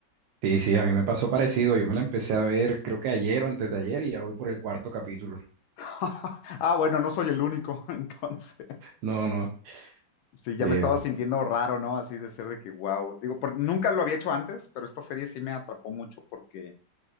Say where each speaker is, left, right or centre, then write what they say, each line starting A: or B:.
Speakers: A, on the right; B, on the left.
A: sí, sí, a mí me pasó parecido. Yo me la empecé a ver creo que ayer o antes de ayer y ya voy por el cuarto capítulo.
B: <laughs> Ah, bueno, no soy el único, <laughs> entonces.
A: No, no,
B: Sí, ya
A: eh,
B: me estaba sintiendo raro, ¿no? Así de ser de que, wow. Digo, por- nunca lo había hecho antes, pero esta serie sí me atrapó mucho porque